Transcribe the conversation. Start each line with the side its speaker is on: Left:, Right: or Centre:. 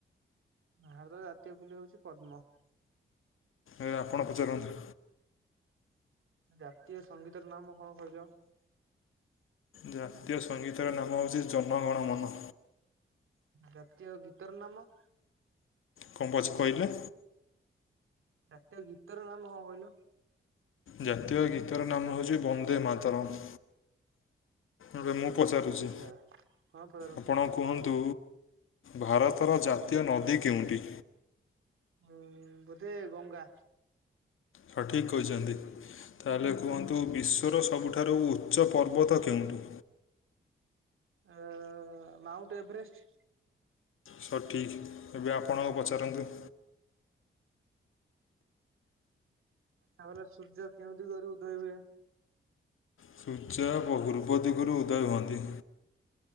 Right: ହାରତ ଜାତୀୟ ଫୁଲ ହୋଉଚି ପଦ୍ମ।
Left: ଏବେ ଆପଣ ପଚାରନ୍ତୁ।
Right: ଜାତୀୟ ସଙ୍ଗୀତର ନାମ କଣ କହିଲ?
Left: ଜାତୀୟ ସଙ୍ଗୀତର ନାମ ହୋଉଚି ଜନଗଣ ମନ
Right: ଜାତୀୟ ଗୀତର ନାମ?
Left: କଣ ପଚ କହିଲେ?
Right: ଜାତୀୟ ଗୀତର ନାମ କଣ କହିଲ?
Left: ଜାତୀୟ ଗୀତର ନାମ ହୋଉଚି ବନ୍ଦେ ମାତାରାମ୍। ଏବେ ମୁଁ ପଚାରୁଛଚି।
Right: ଆଚ୍ଛା ହଁ ପଚାରନ୍ତୁ
Left: ଆପଣ କୁହନ୍ତୁ ଭାରତର ଜାତୀୟ ନଦୀ କେଉଁଠି?
Right: ଉଁ ବୋଧେ ଗଙ୍ଗା।
Left: ହଁ ଠିକ୍ କହିଚନ୍ତି। ତାହେଲେ କୁହନ୍ତୁ ବିଶ୍ଵର ସବୁଠାରୁ ଉଚ୍ଚ ପର୍ବତ କେଉଁଠି?
Right: ଏଁ ମାଉଣ୍ଟ ଏଭରେଷ୍ଟ।
Left: ସଠିକ୍ ଏବେ ଆପଣ ଆଉ ପଚାରନ୍ତୁ।
Right: ତାପରେ ସୂର୍ଯ୍ୟ କେଉଁ ଦିଗରୁ ଉଦୟ ହୁଏ?
Left: ସୂଚା ବହୁରୂପ ଦିଗରୁ ଉଦୟ ହୁଅନ୍ତି।